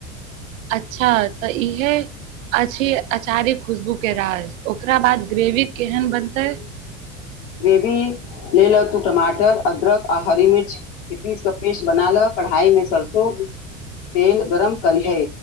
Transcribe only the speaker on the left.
ग्रेवी तेल हेतु टमाटर अदरक आ हरी मिर्च के पीस क पेस्ट बना ल, कढ़ाई मे सरसो तेल गरम करिहै,